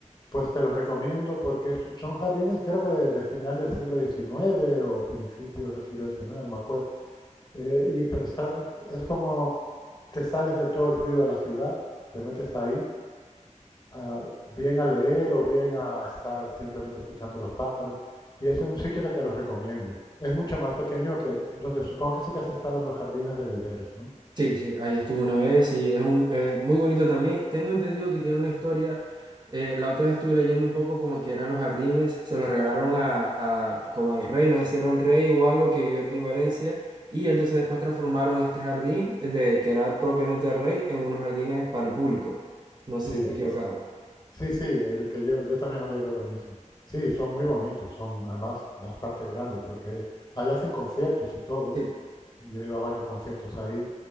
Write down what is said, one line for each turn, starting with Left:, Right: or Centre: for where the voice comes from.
Left: Pues te los recomiendo porque es- son jardines creo que de, de final del siglo XIX o principios del siglo XIX, no me acuerdo. Eh, y pero están, es como te sales de todo el ruido de la ciudad, te metes ahí a- bien a leer o bien a estar simplemente escuchando los pájaros. Y es un sitio que te lo recomiendo. Es mucho más pequeño que donde supongo que sí que has estado en los jardines de viveros, ¿no?
Right: Sí, sí, ahí estuvo una vez y es un, eh, muy bonito también. Tengo entendido que tiene una historia. eh, la otra vez estuve leyendo un poco como que eran los jardines, se los regalaron a, a- como al rey, no sé si era un rey o algo que vivió aquí en Valencia y entonces después transformaron este jardín de que era propiamente del rey en unos jardines para el público. No sé
Left: Sí,
Right: si estoy equivocado.
Left: s- sí, sí, el que yo, yo también había oído lo mismo. Sí, son muy bonitos, son además bastante grandes, creo que es. Ahí hacen conciertos y todo.
Right: Sí,
Left: Yo he ido a varios conciertos ahí